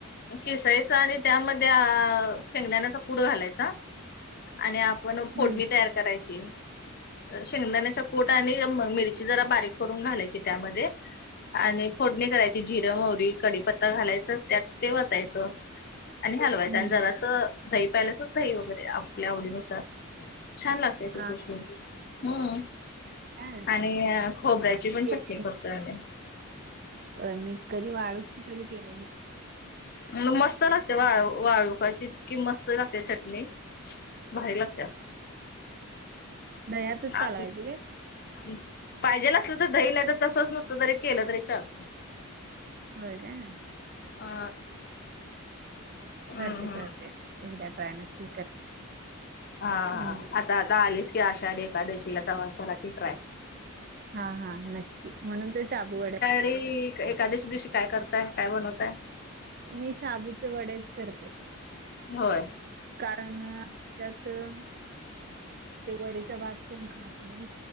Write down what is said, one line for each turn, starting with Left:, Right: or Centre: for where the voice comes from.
Left: केिसायचा आणि त्यामध्ये शेंगदाण्याचा कुट घालायचा आणि आपण फोडणी
Right: हम्म.
Left: तयार करायची शेंगदाण्याच्या कुट आणि मिरची जरा बारीक करून घालायची त्यामध्ये आणि फोडणी करायची जिरं मोरी कडीीपत्ता घालायचं त्यात ते वतायचं आणि हलवायचं
Right: हम्म.
Left: आणि जरासं दही पाहिल्याचच दही वगैरे आपल्या आवडीनुसार छान लागत
Right: हा
Left: ्
Right: का?
Left: आणि खोबऱ्याची पण
Right: केली.
Left: चटणी करतो ह
Right: अ मी कधी वाळू <unintelligible> तरी आहे <unintelligible>
Left: म मस्त लागते वाळू वाळूकची कि मस्त लागते चटणी भारी लागते
Right: दह्यातच
Left: आ
Right: कालवायचं काय?
Left: पाहिजेल नसलं तर दही नाही तर तसच नुसत तरी केलं तरी चालत
Right: हो काय
Left: अ हम्म
Right: करते
Left: हम्म.
Right: करते एकदा ट्राय नक्की करते
Left: हा
Right: हम्म.
Left: आता आता आलीस की आशाढी एकादशीला तरा क ट्राय
Right: हा हा नक्की म्हणून तर शाबू वड्यात
Left: री एकादशी दिवशी काय करताय काय बनवताय
Right: मी शाबूचे वडेच करते
Left: होय
Right: कारण च्यातुन ते वरीचा भात कोण खात नाही